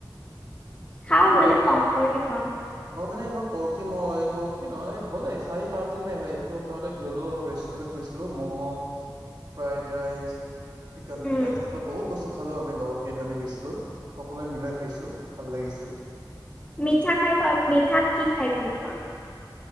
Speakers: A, on the right (about 60°); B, on the left (about 15°).
A: সেইটোও
B: খাওঁ মানে
A: হয় কাল
B: কম কৰি খাওঁ
A: মই মানে মোৰ পৰহি মই পৰহি নহয় হ'লে চাৰি পাঁচ দিন নাই একো সপ্তাহতে গ'লো অলপ ৰেষ্টুৰেণ্টত গৈছো। Momo fried rice chicken
B: উম
A: tikka, বহুত বস্তু খালো আমি লগৰ কেইজনে গৈছিলো সকলোৱে মিলাই খাইছো। ভাল লাগিছিল।
B: মিঠা খাই পা মিঠাত কি খাই ভাল পোৱা?